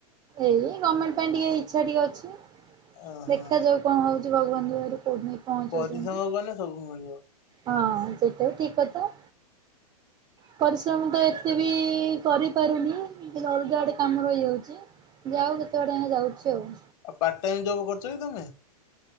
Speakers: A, on the right; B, on the left.
A: ଏଇ ଗମେଣ୍ଟ ପାଇଁ ଟିକେ ଇଛା ଟିକେ ଅଛି।
B: ଓହୋ
A: ଦେଖାଯାଉ କଣ ହଉଛି ଭଗବାନଙ୍କରୁ କୋଉଠି ପହଞ୍ଚଉଛନ୍ତି।
B: ପରିଶ୍ରମ କଲେ ସବୁ ମିଳିବ।
A: ହଁ ସେଟା ବି ଠିକ୍ କଥା। ପରିଶ୍ରମ ତ ଏତେ ବି କରିପାରୁନି। ଅଲଗାଆଡେ କାମ ରହିହେଇଯାଉଛି ଯାଉ କେତେ ବାଟ ଯାଉଛି ଆଉ?
B: ଆଉ ପାର୍ଟ ଟାଇମ ଜବ୍ କରୁଛ କି ତମେ?